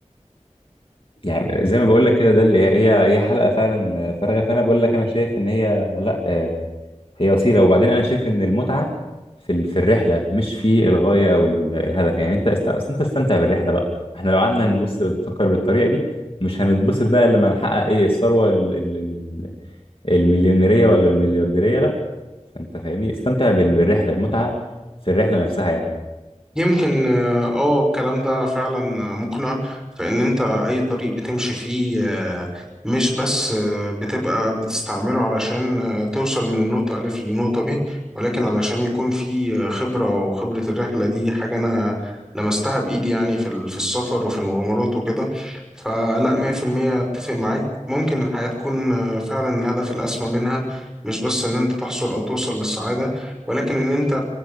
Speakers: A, on the left (about 45°); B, in the centre.
A: يعني زي ما بقول لك كده ده اللي هي هي هي حلقه فعلا فارغه فانا بقول لك انا شايف ان هي لا آه، هي وسيله وبعدين انا شايف ان المتعه في ال- في الرحله مش في الغايه او ال- الهدف يعني انت است... أصل انت استمتع بالرحله بقى احنا لو قعدنا نبص نفكر بالطريقه دي مش هنتبسط بقى لما نحقق ايه الثروه ال... ال... ال- المليونيريه ولا المليارديريه لا فانت فاهمني استمتع بال- بالرحله المتعه في الرحله نفسها يعني
B: يمكن اه آه، الكلام ده فعلا مقنع فإن أنت أي طريق بتمشي فيه آه، مش بس آه، بتبقى بتستعمله علشان آه، توصل من النقطة ألف للنقطة ب ولكن علشان يكون في آه، خبرة وخبرة الرحلة دي حاجة أنا لمستها بإيدي يعني في ال- في السفر وفي المغامرات وكده فلا 100% أتفق معاك ممكن الحياة تكون آه، فعلا الهدف الأسمى منها مش بس إن أنت تحصل أو توصل للسعادة ولكن إن أنت